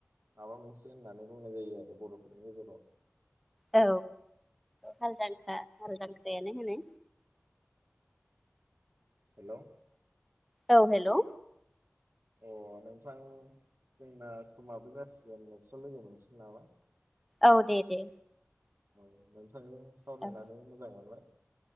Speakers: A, on the right; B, in the centre.
A: माबा मोनसे होननानै बुंनाय जायो आरो बर'फोरनि गेजेराव।
B: औ हाल जांख्रा हाल जांख्रायानो होनो।
A: हेलौ
B: औ हेलौ
A: अ नोंथां जोंना समाबो जासिगोन नेक्साव लोगो मोनसिगोन नामा?
B: औ दे दे
A: औ नों थांजों सावरायनानै
B: औ
A: मोजां मोनबाय।